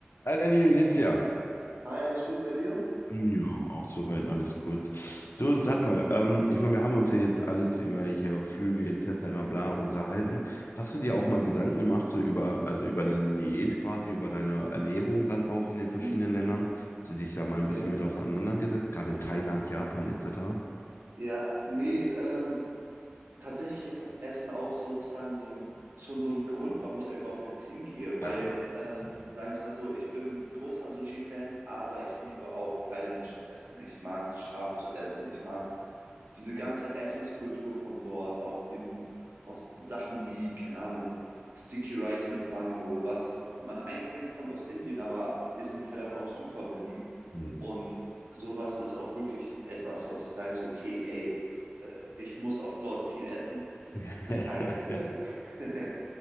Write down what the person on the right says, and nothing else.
Hi, alles gut bei dir?
Hm,
ja,
ja, nee, ähm, tatsächlich ist das Essen auch sozusagen so ein, schon so ein Grund, warum ich da überhaupt erst hingehe,
weil, ähm,
sagen wir es mal so, ich bin großer Sushi-Fan, aber ich liebe auch thailändisches Essen. Ich mag scharf zu essen, ich mag diese ganze Essenskultur von dort, auch diesen, auch Sachen wie, keine Ahnung, Sticky Rice mit Mango, was man eigentlich denkt, kommt aus Indien, aber ist in Thailand auch super beliebt.
Und sowas ist auch wirklich etwas, was ich sage, so, okay, ey, äh, ich muss auch dort viel essen.
Das Einzige, <laughs>